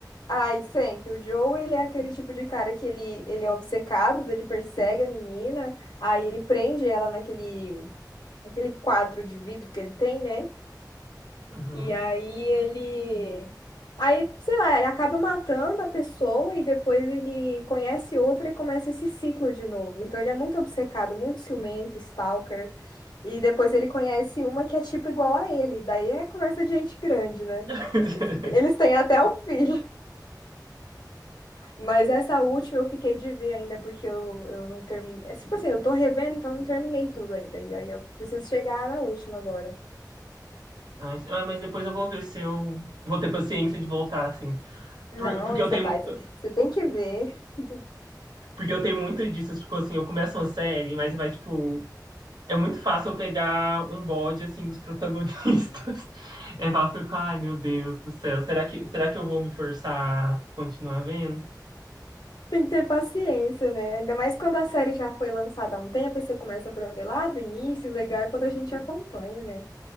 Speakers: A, on the left; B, on the right.
A: Ai, sempre. O Joe, ele é aquele tipo de cara que ele, ele é obcecado, ele persegue a menina, aí ele prende ela naquele, naquele quadro de vidro que ele tem, né?
B: Uhum.
A: E aí ele. Aí, sei lá, ele acaba matando a pessoa e depois ele conhece outra e começa esse ciclo de novo. Então ele é muito obcecado, muito ciumento, stalker. E depois ele conhece uma que é tipo igual a ele. Daí é conversa de gente grande, né?
B: <laughs>
A: Eles eles têm até um filho. Mas essa última eu fiquei de ver ainda, porque eu, eu não terminei. É, tipo assim, eu tô revendo, então eu não terminei tudo ainda. E aí eu preciso chegar na última agora.
B: Ai, se- ah, mas depois eu vou ver se eu vou ter paciência de voltar, assim.
A: Não,
B: Por- porque
A: aí
B: eu
A: você
B: tenho,
A: vai, você você tem que ver. <laughs>
B: porque eu tenho muito disso, tipo assim, eu começo uma série, mas vai, tipo, é muito fácil eu pegar um bode, assim, dos protagonistas. <laughs> É, eu fico, ai, meu Deus do céu, será que, será que eu vou me forçar a continuar vendo?
A: Tem que ter paciência, né? Ainda mais quando a série já foi lançada há um tempo, aí você começa pra ver lá do início, o legal é quando a gente acompanha, né?